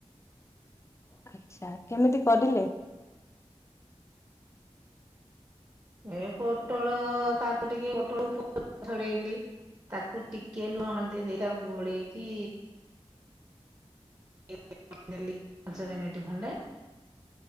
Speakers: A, on the left; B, on the right.
A: ଆଛା କେମିତି କରିଲେ?
B: ଏ ପୋଟଳ ତାକୁ ଟିକେ ପୋଟଳ ପ ଛଡେଇଲି। ତାକୁ ଟିକେ ଲୁଣ ହଳ ଦେଇ ତାକୁ ଗୋଳେଇକି <unintelligible> ପାଞ୍ଚ ମିନିଟ୍ ଖଣ୍ଡେ।